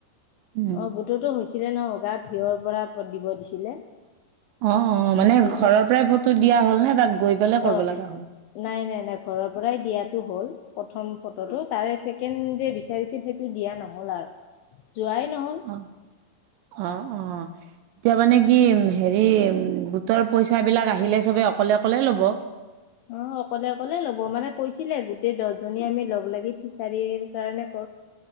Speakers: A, on the right (about 90°); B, on the left (about 80°).
A: উম
B: অ' গোটোতো হৈছিলে ন উগা ফিয়ৰ পৰা দিব দিছিলে।
A: অ অ
B: সেইটোয়হে
A: মানে ঘৰৰ পৰাই ফটো দিয়া হ'ল নে তাত গৈ পেলাই কৰিব
B: আহ
A: লগা হ'ল
B: নাই নাই নাই ঘৰত <inaudible> পৰাই দিয়টো হল প্ৰথম ফটোটো তাৰেছেকে যে বিচাৰিছিল ইটো দিয়া নহল আৰু যোৱাই নহল।
A: অ অ' অ' এতিয়া মানে কি হে সেই বুটৰ পইচাবিলাক আহিলে সবে অকলে- অকলে ল'ব।
B: অ' অকলে - অকলে ল'ব মানে কৈছিলে গোটেই দহজনী আমি লগ লাগি ফিচাৰীৰ কাৰণে ক